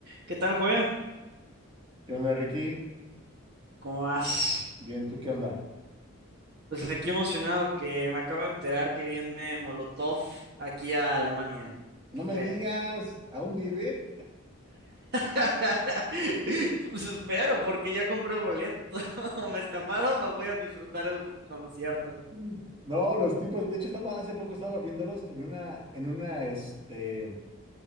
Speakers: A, on the right (about 50°); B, on the right (about 25°).
A: ¿Qué tal, Joe?
B: ¿Qué onda, Ricky?
A: ¿Cómo vas?
B: Bien, ¿tú qué onda?
A: Pues aquí emocionado que me acabo de enterar que viene Molotov aquí a Alemania.
B: No
A: ¿Qué
B: me
A: crees?
B: digas, ¿aún viven?
A: <laughs> Pues espero, porque ya compré el boleto. <laughs> me estafaron no voy a disfrutar el concierto.
B: Mm. No, los tipos, de hecho estaba hace poco estaba viéndolos en una en una este